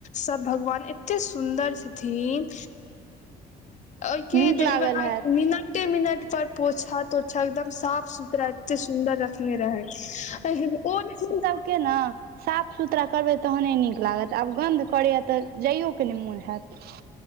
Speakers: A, on the left; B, on the right.
A: सब भगवान एते सुन्दर छथिन ओहिके
B: नीक लागल
A: देहिबहा
B: हैत
A: मीनट एते मिनट पर पोछा तोछा एकदम साफ सुथरा एते सुन्दर रखने रहै तहन ओ नहि
B: केना साफ सुथरा करबै तहने नीक लागत आब गन्ध करैया तऽ जाइयओके नय मोन हेऽत